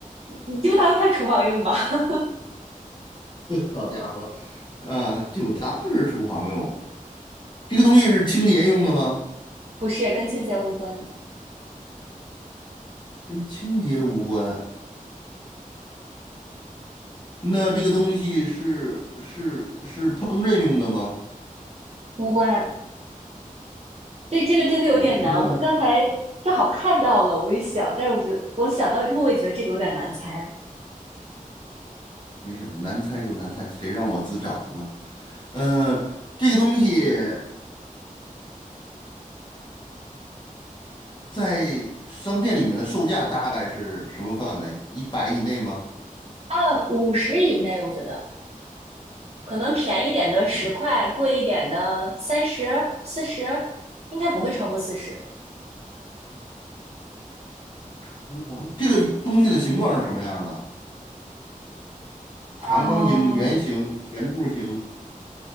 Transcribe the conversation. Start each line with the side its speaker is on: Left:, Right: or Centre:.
Right: 你就当它厨房用吧。<laughs>
Left: 好家伙，啊，就当是厨房用。这个东西是清洁用的吗？
Right: 不是跟清洁无关，
Left: 跟清洁无关。那这个东西是是是烹饪用的吗？
Right: 无关。对，这个真的有点难。
Left: 也无关，
Right: 我是刚才正好看到了，我一想，但是我觉得我想到之后，我也觉得这个有点难猜。
Left: 没事儿，难猜就难猜，谁让我自找的呢？嗯，这个东西在商店里面的售价大概是什么范围？一百以内吗？
Right: 啊。五十以内，我觉得可能便宜点的十块，
Left: 不，
Right: 贵一点的三十、四十，应该不会超过四十。
Left: 厨房这个东西的形状是什么样的？长方形、
Right: 嗯，
Left: 圆形、圆柱形，